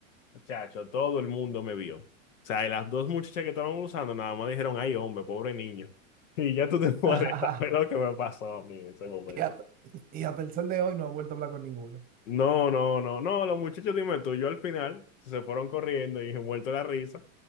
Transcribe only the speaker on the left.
Chacho, todo el mundo me vio. O sea, y las dos muchachas que estaban usando nada más dijeron, ay, hombre, pobre niño. <laughs> Y ya tú te puedes
<laughs> saber lo que me pasó a mí en ese momento.
No, no, no, no, los muchachos, dime tú, yo al final se fueron corriendo y muerto la risa.